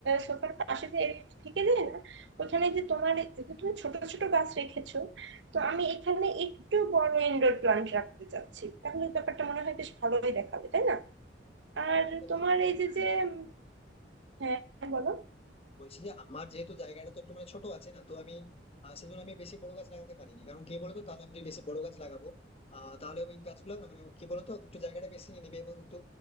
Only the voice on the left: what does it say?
দেখো
আ-
হ্যাঁ
বলছি যে আমার যেহেতু জায়গাটা তো একটু মানে ছোট আছে না তো আমি আহ, সেই জন্য আমি বেশি বড় গাছ লাগাতে পারিনি কারণ কি বলতো তাহলে আমি যদি বেশি বড় গাছ লাগাবো আহ তাহলে ওই গাছগুলো না মানে কি বলতো একটু জায়গাটা বেশি নিয়ে নেবে এবং একটু